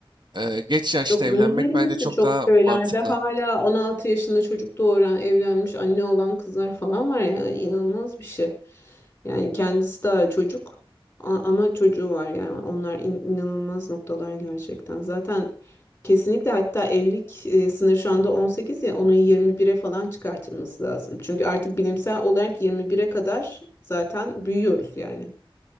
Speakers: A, on the right (about 50°); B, on the left (about 25°).
A: e, geç yaşta
B: Yok, böyle
A: evlenmek
B: 20'si
A: bence çok
B: çok
A: daha
B: köylerde
A: mantıklı.
B: hala 16 yaşında çocuk doğuran, evlenmiş anne olan kızlar falan var yani inanılmaz bir şey. Yani kendisi daha çocuk a- ama çocuğu var yani onlar in- inanılmaz noktalar gerçekten. Zaten kesinlikle hatta evlilik e, sınırı şu anda 18 ya onu 21'e falan çıkartılması lazım. Çünkü artık bilimsel olarak 21'e kadar zaten büyüyoruz yani.